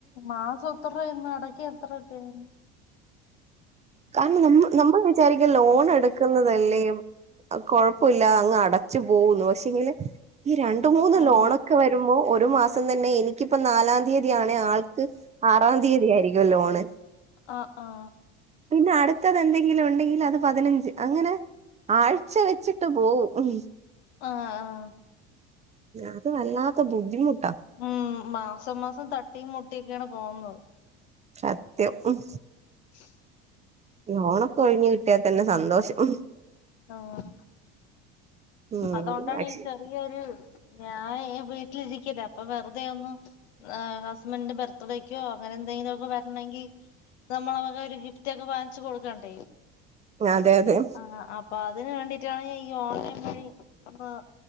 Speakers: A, on the left; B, on the right.
A: മാസം എത്രയന്ന് അടക്ക എത്ര രുപരുന്നു
B: കാരണം നമ്മ നമ്മൾ വിചാരിക്ക ലോൺ എടുക്കുന്നതല്ലേ കൊഴപ്പില്ല അങ്ങ് അടച്ചു പോകുന്നു പക്ഷെങ്കില് ഈ രണ്ട് മൂന്ന്
A: ഓഹ്
B: ലോണൊക്കെ വരുമ്പോ ഒരു മാസം പ്പം തന്നെ എനിക്കിപ്പ നാലാ തീയതിയാണെ ആൾക്ക് ആറാ തീയതി ആയിരിക്കും ലോണ്.
A: ആഹ് ആഹ്
B: പിന്നെ അടുത്തത് എന്തെങ്കിലും ഒണ്ടെങ്കി അത് പതിനഞ്ച് അങ്ങനെ ആഴ്ച വെച്ചിട്ട് പോവും
A: ആഹ് ആഹ്
B: അത് വല്ലാത്ത ബുദ്ധിമുട്ടാ.
A: ഉം മാസം മാസം തട്ടിം മുട്ടിക്ക്യാണ് പോന്നത്.
B: സത്യം ഉം
A: <inaudible>
B: ലോണൊക്കെ ഒഴിഞ്ഞ് കിട്ട്യാ തന്നെ സന്തോഷം
A: ആഹ്
B: ഉം
A: അതോണ്ടാണ് ഈ ചെറിയൊരു ഞാഹെ വീട്ടിലിരിക്കല്ലെ അപ്പൊ വെറുതെ ഒന്ന് ആഹ് ഹസ്ബന്റ് ബർത്ത്ഡേക്കോ അങ്ങനെ എന്തെങ്കിലു ഒക്കെ വരണെങ്കി നമ്മള വക ഒരു ഗിഫ്റ്റ് ഒക്കെ വാങ്ങിച്ച് കൊടുക്കാണ്ടേ?
B: അതെ അതെ.
A: ആഹ് അപ്പൊ അതിന് വേണ്ടീട്ടാണ് ഞ ഈ ഓൺലൈൻ വഴി അപ്പാ